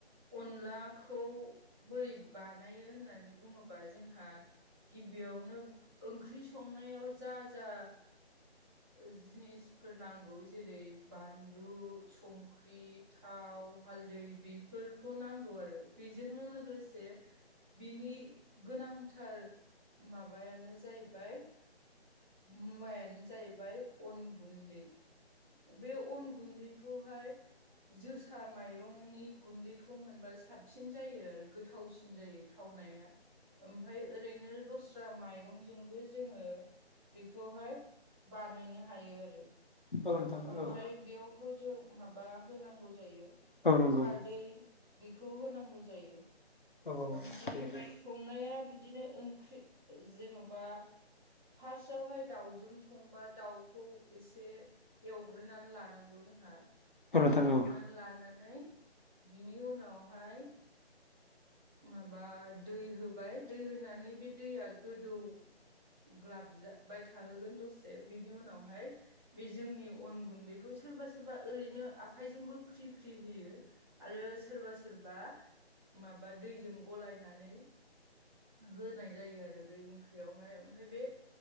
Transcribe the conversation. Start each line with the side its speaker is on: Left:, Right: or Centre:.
Centre: अनलाखौ बोरै बानायो होननानै बुङोबा जोंहा गिबियावनो ओंख्रि संनायाव जा जा जिनिस फोर नांगौ जेरै बानलु संख्रि थाव हालदै बे फोरखौ नांगौ आरो बिजोंनो लोगोसे बिनि गोनांथार माबायानो जाहैबाय मुवायानो जाहैबाय अन गुन्दै बे अन गुन्दै खौहाय जोसा माइरंनि गुन्दैखौ मोनबा साबसिन जायो आरो। गोथावसिन जायो थावनाया ओमफ्राय ओरैनो दस्रा माइरंजोंबो जोङो बेखौहाय बानायनो हायो आरो।
Left: औ नोंथां
Centre: ओमफ्राय
Left: औ
Centre: बेयावथ' जों माबा होनांगौ जायो
Left: औ नंगौ
Centre: खारदै बिखौ होनांगौ जायो।
Left: औ औ
Centre: ओमफ्राय
Left: दे दे
Centre: संनाया बिदिनो ओंख्रि जेनबा फार्स्टआवहाय दाउजों संबा दाउखौ एसे एवग्रोनानै लानांगौ जोंहा
Left: औ नोंथां
Centre: एवग्रोना
Left: औ
Centre: लानानै बिनि उनावहाय माबा दै होबाय दै होनानै बे दैया गोदौ ग्लाब जाबाय थाहोगोन दसे बिनि उनावहाय बे जोंनि अन गुन्दैखौ सोरबा सोरबा ओरैनो आखाइजोंबो फ्रि फ्रि होयो। आरो सोरबा सोरबा माबा दैजों गलायनानै होनाय जायो आरो बे ओंख्रियावहाय ओमफ्राय बे